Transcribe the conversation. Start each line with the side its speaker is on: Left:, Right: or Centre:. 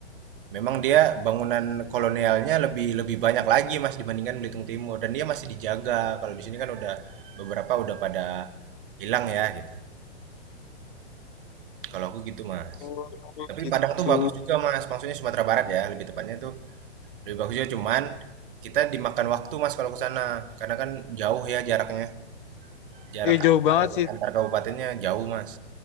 Right: Memang dia bangunan kolonialnya lebih lebih banyak lagi Mas dibandingkan Belitung Timur dan dia masih dijaga. Kalau di sini kan udah beberapa udah pada hilang ya gitu. Kalau aku gitu Mas.
Left: Oh,
Right: Tapi
Left: gitu.
Right: Padang tuh bagus juga Mas, maksudnya Sumatera Barat ya, lebih tepatnya itu lebih bagus juga cuman kita dimakan waktu Mas kalau ke sana karena kan jauh ya jaraknya. Jarak
Left: Iya jauh
Right: antar
Left: banget sih.
Right: antar kabupatennya jauh, Mas.